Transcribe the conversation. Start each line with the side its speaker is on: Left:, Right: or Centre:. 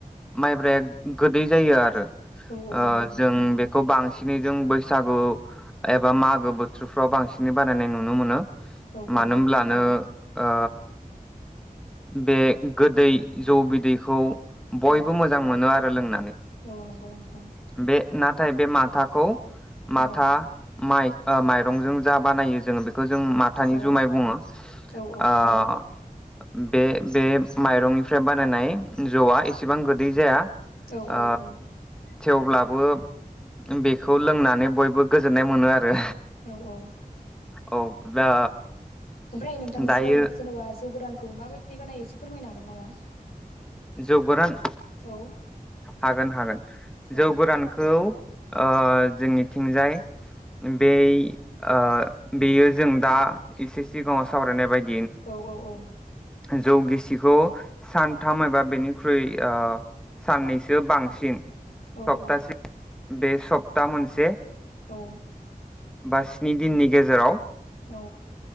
Centre: माइब्राया गोदै जायो आरो
Left: औ औ
Centre: ओ
Left: नंगौ
Centre: जों बेखौ बां बिदिनो जों बैसागु एबा मागो बोथोरफ्राव बांसिनै बानायनाय नुनो मोनो
Left: औ
Centre: मानो
Left: औ
Centre: होनब्लानो ओ बे गोदै जौ बिदैखौ बयबो
Left: औ
Centre: मोजां मोनो आ रो लोंनानै
Left: औ नोंगौ नोंथां
Centre: बे नाथाय बे माथाखौ माथा
Left: औ
Centre: माइ ओ माइरंजों जा बानायो जोंङो बे जों माथानि
Left: औ
Centre: जुमाय बुंङो
Left: औ
Centre: ओ बे-बे माइरंनिफ्राय बानायनाय जौआ एसेबां गोदै जाया
Left: औ
Centre: ओ
Left: औ औ
Centre: थेवब्लाबो बेखौ लोंनानै बयबो गोजोननाय मोनो आरो
Left: औ औ
Centre: औ दा
Left: ओमफ्राय नोंथां
Centre: दायो
Left: जौ जेनेबा जौ गोरानखौ माबाय दि बानायो एसे फोरमायनो हागोन नामा?
Centre: जौ गोरान
Left: औ
Centre: हागोन हागोन
Left: औ
Centre: जौ गोरानखौ ओ जोंनिथिंजाय बे ओ बेयो जों दा एसे सिगांङाव सावरायनाय बायदि
Left: औ औ औ
Centre: जौगिसिखौ सानथाम एबा बेनिख्रुइ ओ साननैसो बांसिन
Left: औ
Centre: सप्तासे
Left: औ
Centre: बे सप्ता मोनसे
Left: औ
Centre: बा स्नि दिननि गेजेराव
Left: औ